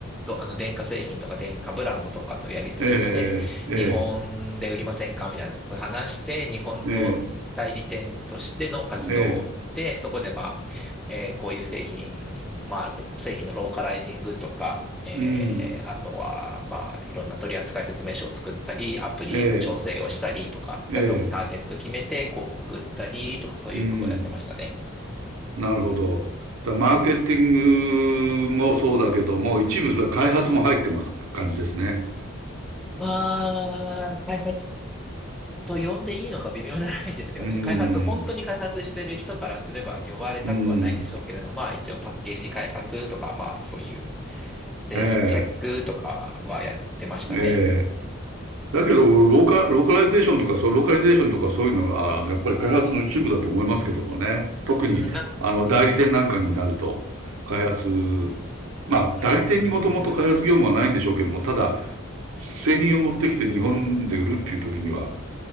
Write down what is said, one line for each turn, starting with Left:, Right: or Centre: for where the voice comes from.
Centre: と、あの、電化製品とか電化ブランドとかとやり取りして、
Right: ええ、ええ、
Centre: 日本で売りませんかみたいな話して、日本の代理店としての活動で、
Right: ええ、ええ、
Centre: そこでまあ、えーこういう製品、まあ、製品のローカライジングとか、えーあとは、
Right: うん、
Centre: まあ、いろんな取扱説明書を作ったり、アプリの調整をしたりとか、
Right: ええ、ええ、
Centre: だとターゲット決めて広告売ったりとか、そういうことをやってましたね。
Right: うん、なるほど。だからマーケティングもそうだけども、一部それ開発も入ってます感じですね。
Centre: まあ、開発と呼んでいいのか微妙じゃないんですけどね、
Right: うん、
Centre: 開発、本当に開発してる人からすれば呼ばれたくはないでしょうけれども、
Right: うん、
Centre: まあ一応パッケージ開発とか、まあそういう製品チェックとかはやってましたね。
Right: ええ、ええ。だけど、ローカ、ローカライゼーションとか、そう、ローカリゼーションとかそういうのが、あの、やっぱり開発の一部だと思いますけどもね。特に、
Centre: うん、なん、
Right: あの、
Centre: うん、
Right: 代理店なんかになると、開発、まあ、
Centre: うん、
Right: 代理店にもともと開発業務はないんでしょうけども、
Centre: うん、うん、うん。
Right: ただ、製品を持ってきて日本で売るっていう時には、